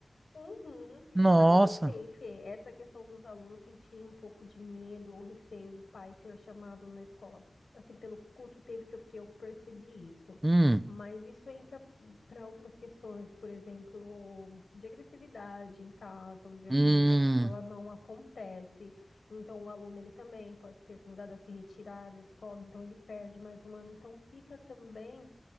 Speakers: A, on the left; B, on the right.
A: Uhum.
B: Nossa.
A: Ainda tem, teve essa questão dos alunos sentirem um pouco de medo ou receio do pai ser chamado na escola. Assim, pelo curto tempo que eu fiquei, eu percebi isso.
B: Hum,
A: Mas isso entra para outras questões, por exemplo, de agressividade em casa, onde a
B: hum,
A: comunicação ela não acontece. Então, o aluno ele também pode ser convidado a se retirar da escola, então ele perde mais um ano. Então, fica também